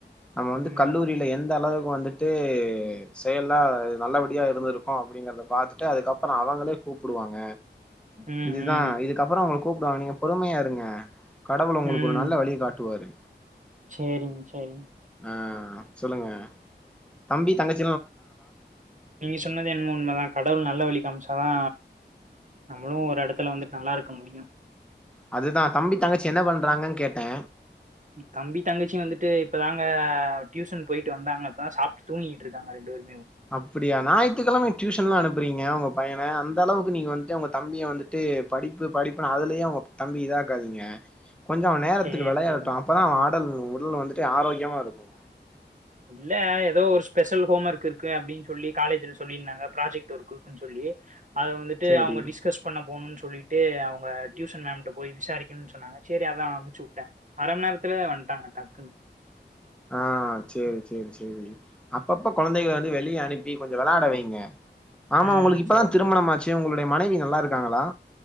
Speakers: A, in the centre; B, on the right.
A: நம்ம வந்து
B: ம்
A: கல்லூரியில எந்த அளவுக் வந்துட்டு செயல்லா நல்லபடியா இருந்திருக்கு அப்பிடிங்கறத பாத்துட்டு அதுக்கப்புறோ அவங்களே கூப்புடுவாங்க
B: ம்
A: இதுதா
B: ம்
A: இதுக்கப்புறோ உங்களுக் கூப்புடுவாங்க நீங்க பொறுமையா இருங்க கடவுள உங்களுக்கு
B: ம்
A: ஒரு நல்ல வழிய காட்டுவாரு
B: சேரிங்க சேரிங்க
A: ஆ சொல்லுங்க தம்பி தங்கச்
B: நீங்க சொன்னது என்மோ உண்மதா கடவுள் நல்ல வழிக்கமிச் ததா நம்மளு ஒரு எடத்துல வந்துட்டு நல்லா இருக்க முடியு
A: அதுதா தம்பி தங்கச்சி என்ன பண்றாங்கன்னு கேட்டே
B: தம்பி தங்கச்சி வந்துட்டு இப்பதாங்க டியூஷன் போயிட்டு வந்தாங்க இப்பதா சாப்பிட்டு தூங்கிட்டு இருக்காங்க ரெண்டு பேரு
A: அப்பிடியா ஞாயி்த்துக்கிழம ந டியூஷன் எல்லா அனுப்புறீங்க உங்க பையன அந்த அளவுக்கு நீங்க வந்துட்டு உங்க தம்பிய வந்துட்டு படிப்பு படிப்புன்னு அதிலியே உங்க தம்பி இதாக்காதீங்க கொஞ்சோ அவ நேரத்துக்கு
B: சரி,
A: விளையாட்டு
B: சரி.
A: அப்பதா அவ ஆ உடல் உடல் வந்துட்டு ஆரோக்கியமா இருக்கு
B: இல்ல ஏதோ ஒரு ஸ்பெஷல் ஹோம் ஒர்க் இருக்கு அப்பிடின் சொல்லி காலேஜ்ன் சொல்லிருந்தாங்க ப்ராஜெக்ட் ஒர்க் இருக்குன்னு சொல்லி அத வந்துட்டு
A: சரி
B: அவுங்க டிஸ்கஸ் பண்ண போணுன் சொல்லிட்டு அவுங்க டியூசன் மேம்ட்டு போய் விசாரிக்கணுன் சொன்னாங்க சேரி அதா அனுச்சுவுட்டே அரமண் நேரத்துல வந்துட்டாங்க டக்குன்னு
A: ஆ சேரி சே சேரி சேரி அப்பப்ப கொழந்தைகள வந்து வெளிய அனுப்பி கொஞ்ச விளையாட வைங்க ஆமா
B: ம்.
A: உங்களுக்கு இப்பதா
B: சரி,
A: திருமணமாச்சி
B: சரி.
A: உங்களுக் டை மனைவி நல்லா இருக்காங்களா